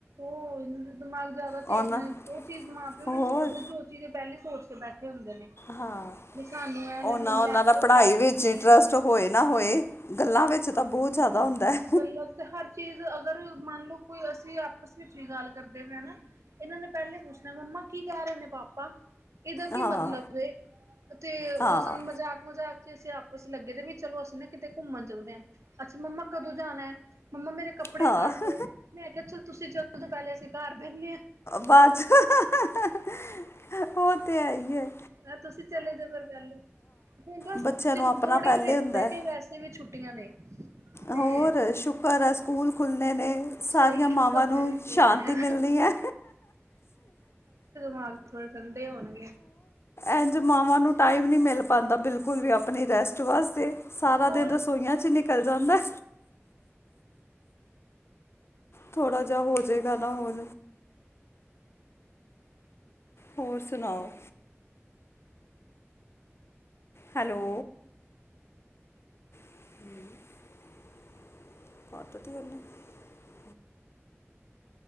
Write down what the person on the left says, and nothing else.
ਉਹਨਾਂ
ਹੋਰ
ਹਾਂ,
ਓਨਾਂ,
ਓਨਾਂ
ਦਾ ਪੜਾਈ
ਵਿੱਚ
ਇੰਟਰਸਟ ਹੋਏ ਨਾ ਹੋਏ ਗੱਲਾਂ ਵਿੱਚ ਤਾਂ
ਬਹੁਤ ਜ਼ਿਆਦਾ ਹੁੰਦਾ ਹੈ
ਹਾਂ
ਹਾਂ
ਹਾਂ
ਬਾਦ ਚ ਓ ਤੇ ਹੈ ਈ ਏ।
ਬੱਚਿਆਂ
ਨੂੰ ਆਪਣਾ
ਪਹਿਲੇ
ਹੁੰਦਾ
ਹੈ
ਹੋਰ ਸ਼ੁਕਰ ਆ ਸਕੂਲ ਖੁੱਲ <unintelligible> ਨੇ
ਸਾਰੀਆਂ ਮਾਵਾਂ
ਨੂੰ
ਸ਼ਾਂਤੀ ਮਿਲਨੀ ਐ।
ਐਂਜ ਮਾਵਾਂ ਨੂੰ ਟਾਈਮ ਨੀ ਮੇੱਲ ਪਾਂਦਾ ਬਿਲਕੁਲ ਵੀ ਆਪ ਅਪਨੀ ਰੈਸਟ ਵਾਸਤੇ, ਸਾਰਾ
ਦਿਨ ਰਸੋਈਆਂ ਚ ਨਿਕਲ ਜਾਂਦੈ। ਥੋੜਾ ਜਾ ਹੋਜੇਗਾ ਨਾ ਹੋਰ ਹੋਰ ਸੁਨਾਓ ਹੈਲੋ। <unintelligible> <unintelligible>